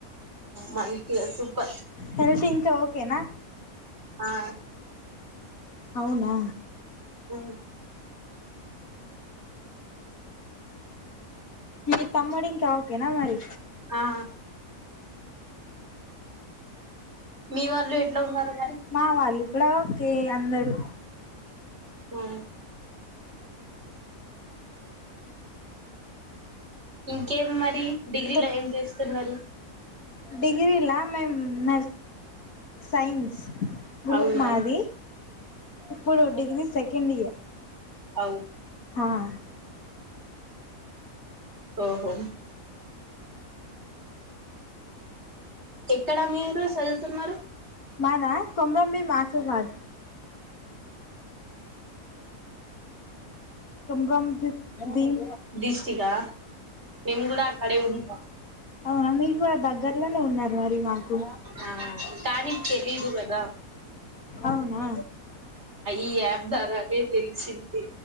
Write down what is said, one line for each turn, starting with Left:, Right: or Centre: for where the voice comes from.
Right: మంచింత సప
Left: హెల్త్ ఇంకా ఓకేనా
Right: ఆ
Left: అవునా
Right: వ
Left: మీ తమ్ముడింకా ఓకేనా మరి
Right: ఆ మీ వాళ్ళు ఎట్లా ఉన్నారు మరి
Left: మా వాళ్ళు కూడా ఓకే అందరు
Right: హ ఇంకేం మరి డిగ్రీలో
Left: స
Right: ఏం చేస్తున్నారు
Left: డిగ్రీలా మే న సైన్స్ గ్రూప్
Right: అవునా
Left: మాది ఇప్పుడు డిగ్రీ సె కింది ఏ
Right: అవు
Left: ఆా
Right: ఓహో ఎక్కడ మీరు చదువుతున్నారు
Left: మానా కమరం మీ మాస భగ కుమ్రం భీం
Right: దిష్టిగా మేము కూడా అక్కడే ఉంటాం
Left: అవు అ కూడా దగ్గర్లోనే ఉన్నారు మరి మాకు
Right: ఆ కానీ తెలీదు కదా
Left: అవునా
Right: ఈ అన్నారానే తెలిసింది